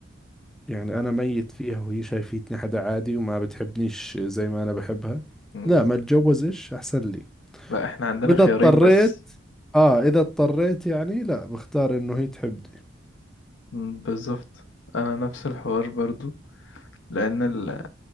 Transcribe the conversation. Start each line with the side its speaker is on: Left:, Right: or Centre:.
Centre: يعني أنا ميت فيها وهي شايفتني حدا عادي وما بتحبنيش زي ما أنا بحبها
Left: م.
Centre: لا
Left: <laughs>
Centre: ما أتجوزش أحسن لي
Left: لا احنا عندنا
Centre: إذا
Left: خيارين
Centre: اضطريت
Left: بس
Centre: آه إذا اضطريت يعني لا بختار إنه هي تحبني
Left: مم، بالظبط انا نفس الحوار برضو لان ال-